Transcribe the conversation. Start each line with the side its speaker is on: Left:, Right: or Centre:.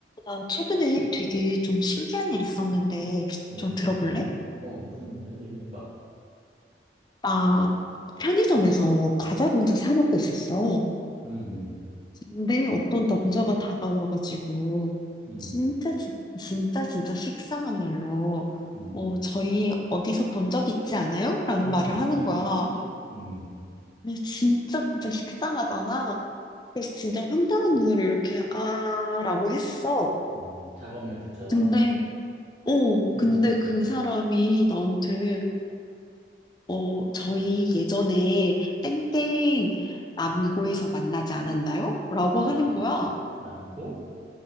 Left: 나 최근에 되게 좀 신기한 일 있었는데
Right: 왜?
Left: 좀
Right: 어,
Left: 들어볼래?
Right: 그래? 어, 무슨 일이야? 얘기해봐.
Left: 나 편의점에서 과자를 혼자 사 먹고 있었어.
Right: 응, 응,
Left: 근데 어떤 남자가 다가와가지고
Right: 응,
Left: 진짜 진- 진짜 진짜 식상한 말로
Right: 응.
Left: 어 저희 어디서 본 적 있지 않아요? 라는
Right: <laughs>
Left: 말을 하는 거야.
Right: 음,
Left: 근데 진짜 진짜 식상하잖아. 그래서 진짜 황당한 눈으로 이렇게 아라고 했어.
Right: 어, 작업 멘트처럼?
Left: 근데 어 근데
Right: 음, 음.
Left: 그 사람이 나한테 어, 저희 예전에 땡땡 남고에서 만나지 않았나요? 라고 하는
Right: 나,
Left: 거야.
Right: 남고?